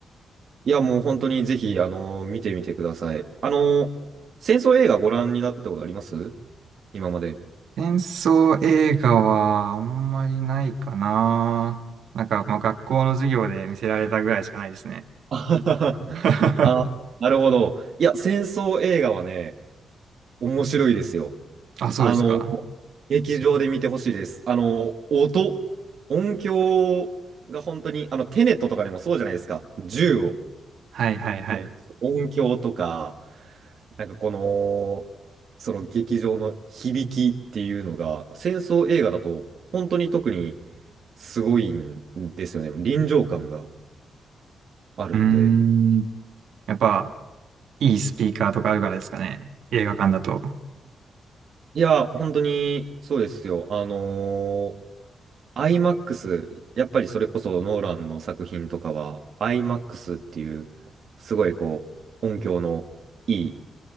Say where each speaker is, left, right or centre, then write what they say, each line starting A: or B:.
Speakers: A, on the right; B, on the right.
A: いや、もう本当にぜひ、あの、見てみてください。あの、戦争映画ご覧になったことあります今まで。
B: 戦争映画はあんまりないかな。なんか、まあ、学校の授業で見せられたぐらいしかないですね。
A: あははは
B: <laughs>
A: あなるほど。いや、戦争映画はね、面白いですよ。
B: あ、そうですか。
A: あの、劇場で見てほしいです。あの、音、音響が本当に、あの、テネットとかでもそうじゃないですか。銃を、
B: はいはいはい。
A: もう音響とか、なんかこの、その劇場の響きっていうのが、戦争映画だと本当に特にすごいんですよね。臨場感があるんで。
B: うーん。やっぱ、いいスピーカーとかあるからですかね。映画館だと。
A: いや、本当にそうですよ。あのー、IMAX、やっぱりそれこそノーランの作品とかは、IMAX っていう、すごいこう、音響のいい